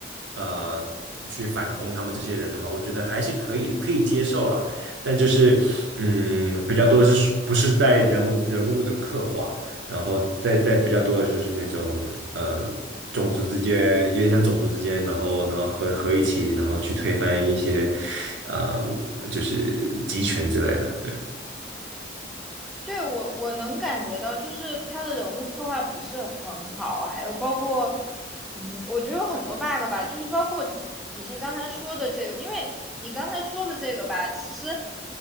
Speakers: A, on the right; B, in the centre.
A: 呃去反攻他们这些人的话，我觉得还是可以可以接受了。但就是嗯，比较多是属不是在人物人物的刻画，然后再再比较多的就是那种呃种族之间，有点像种族之间，然后然后合合一起，然后去推翻一些嗯、就是集权之类的，对。
B: 对，我我能感觉到，就是他的人物刻画不是很好，还有包括，嗯，我觉得有很多 bug 吧，就是包括你是刚才说的这个，因为你刚才说的这个吧，其实，